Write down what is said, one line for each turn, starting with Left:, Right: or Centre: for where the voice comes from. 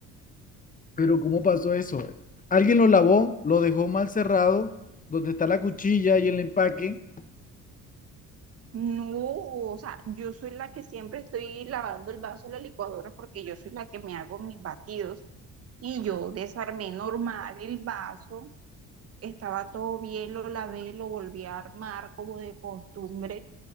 Left: pero ¿cómo pasó eso? Alguien lo lavó, lo dejó mal cerrado, donde está la cuchilla y el empaque.
Right: No, o sea, yo soy la que siempre estoy lavando el vaso de la licuadora porque yo soy la que me hago mis batidos y yo desarmé normal el vaso. Estaba todo bien, lo lavé, lo volví a armar como de costumbre.